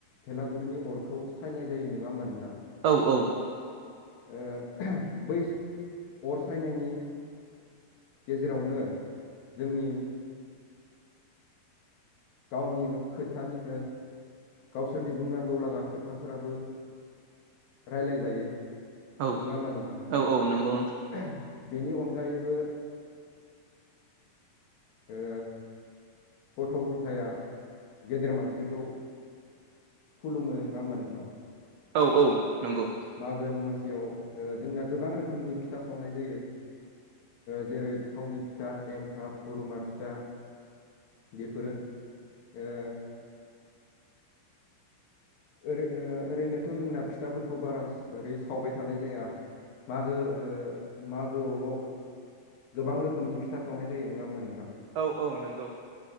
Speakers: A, on the left (about 80°); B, on the right (about 85°).
A: भेलागुरिनि अरखौ सायनाय जायो नङा होमबा नोंथां।
B: औ औ
A: ओ बै अर सायनायनि गेजेरावनो जोंनि गावनि खोथानि गावसोरनि बुंनांगौ लागा खोथाफोराबो रायलाय जायो
B: औ
A: नङा होमबा नोंथां।
B: औ औ नंगौ
A: बेनि अनगायैबो ओ गथ' गथाया गेदेर मानसिखौ खुुमो नङा होमबा नोंथां।
B: औ औ नंगौ।
A: मागो दमासियाव जोंना गोबां रोखोमनि फिथा सावनाय जायो। जेरै थावनि फिथा एन्थाब पुरुमा फिथा बेफोरो ओ ओरै ओरैनोथ' जोंना फिथाफोरखौ बारा ओरै सावबाय थानाय जाया मागो ओ मागोआवल' गोबां रोखोमनि फिथा सावनाय जायो नङा होमबा नोंथां
B: औ औ नंगौ